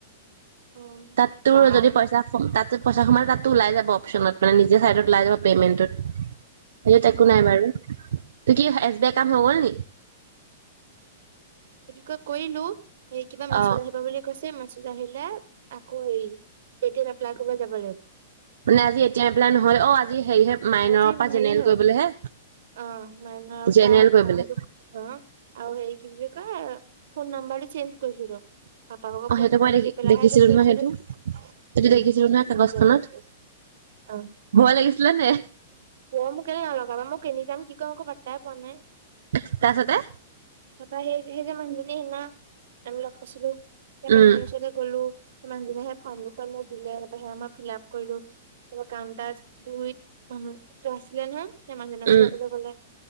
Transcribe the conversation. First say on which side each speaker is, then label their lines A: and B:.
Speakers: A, on the right; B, on the right.
A: অ
B: তাত তোৰ
A: বা
B: যদি পইচা কম কাতে। পইচা সোমাই তাতো ওলাই যাব অপশচনত মানে নিজৰ চাইডত ওলাই যাব পে'মেণ্টোত। এই
A: উম
B: একো নাই বাৰু তোৰ কি এছ বি আই কাম হৈ গল নি।
A: ক কৰিলোঁ। সেই কিবা মেছেজ
B: অ
A: আহিব বুলি কৈছে মেছ। আহিলে আকৌ হেৰি এতিয়া এপ্লাই কৰিব যাব লাগিব।
B: মানে আজি এতিয়া এপ্লাই নহয় অ আজি। হেৰিহে মাইনৰৰ
A: আজি
B: পৰা
A: হেৰি
B: জেনেৰেল
A: হয়
B: কৰিবলৈহে
A: অ মাইনৰ
B: জেনেৰেল
A: পৰা
B: কৰিবলৈ
A: আহ সেইটো অ আৰু হেৰি। কি বুলি কয় ফোন নাম্বাৰটো চেইঞ্জ। কৰিছিলো পাপাহক
B: অ
A: ফোন
B: সেইটো
A: নম্বৰটো
B: মই দেখি
A: দি পেলাইহে
B: দেখিছিলো
A: এটো খোলিছিলো
B: নহয় সেইটো
A: উম
B: সেইটো দেখিছিলো নহয় কাগজখনত
A: উ যোৱাৰ পিছত আহ।
B: ভয় লাগিছিলে নে
A: পম কেলে নাই লগাবা মই কিনি যাম কি ক আকৌ পা। দাই পোৱা নাই।
B: তাৰ পাছতে।
A: তাৰপা সেই সেই যে মানুহজনীয়ে হেঙা আমি লগ পাইছিলো সেই
B: উম
A: মানুহজনীৰ সৈতে গলো সেই মানুহ জনীয়েহে। ফৰ্ম দুখন মোক দিলে তাৰপৰা সমযত খিলাপ ফিলআপ কৰিলো তাৰ কাম কাজ ধুইত। মানুহ টো আছিলে নহয়। সেই মানুহজনী আছিলে
B: উম
A: যাবলৈ গ'লে